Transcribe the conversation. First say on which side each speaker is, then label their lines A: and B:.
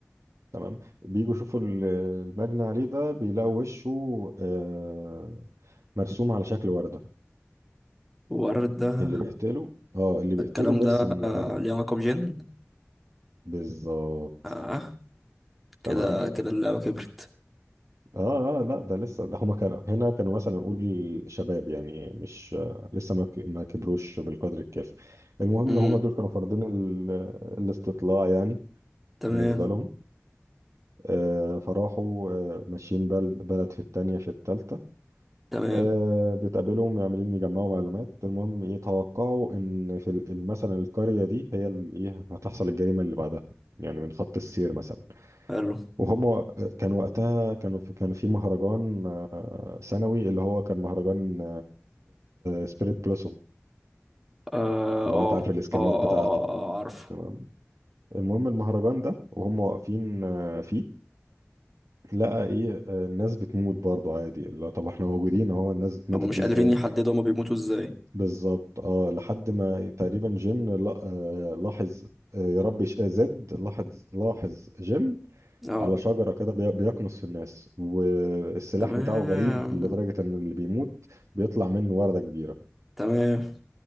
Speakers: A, on the right; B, in the centre.
A: تمام بيجوا يشوفوا ال- المجني عليه ده بيلاقوا وشه آه، مرسوم على شكل ورده
B: وردة
A: اللي بيقتله اه اللي
B: ده
A: بيقتله
B: الكلام
A: بيرسم
B: ده آه،
A: يعني
B: ليه علاقة بجن
A: بالظبط
B: اه كده
A: تمام
B: كده اللعبة كبرت
A: اه اه لا ده لسه ده هما كانوا هنا كانوا مثلا نقول شباب يعني مش آه، لسه ما ك- ما كبروش بالقدر الكافي المهم
B: امم
A: هما دول كانوا فرضين ال- الاستطلاع يعني
B: تمام
A: بالنسبه لهم آه، فراحوا آه، ماشيين بلد بلد في التانية في التالتة
B: تمام
A: آه، بتقابلهم عمالين يجمعوا معلومات المهم يتوقعوا إن في ال- ال- مثلا القرية دي هي ال- إيه هتحصل الجريمة اللي بعدها يعني من خط السير مثلا
B: حلو
A: وهم آه، كان وقتها كانوا في كان في مهرجان آه، سنوي اللي هو كان مهرجان سبيريت بلوسوم
B: اه
A: لو
B: اه
A: انت عارف الاسكنات
B: اه اه
A: بتاعته
B: اه, آه عارفه
A: تمام المهم المهرجان ده وهم واقفين آه، فيه لا ايه آه، الناس بتموت برضو عادي لا طب احنا موجودين اهو الناس ماتت
B: هما مش
A: دي
B: قادرين
A: ازاي
B: يحددوا هما بيموتوا ازاي
A: بالظبط اه لحد ما تقريبا جن لا آه، لاحظ آه، يا رب ش- آه، زد لاحظ لاحظ جن
B: اه
A: على شجرة كده بي- بيقنص في الناس والسلاح
B: تمام
A: بتاعه غريب لدرجة ان اللي بيموت بيطلع منه وردة كبيرة
B: تمام